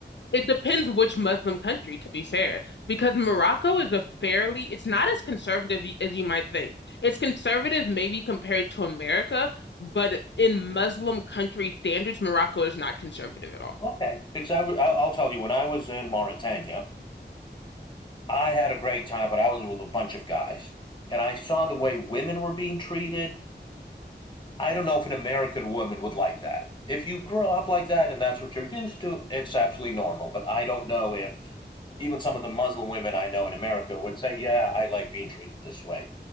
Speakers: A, on the left; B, on the left.
A: it depends which Muslim country, to be fair, because Morocco is a fairly it's not as conservative as you might think. It's conservative maybe compared to America, but in Muslim country standards, Morocco is not conservative at all.
B: Okay, because I w- I'll, I'll tell you when I was in Mauritania. I had a great time, but I was with a bunch of guys. And I saw the way women were being treated. I don't know if an American woman would like that. If you grow up like that and that's what you're used to, it's absolutely normal. But I don't know if even some of the Muslim women I know in America would say, "Yeah, I like being treated this way."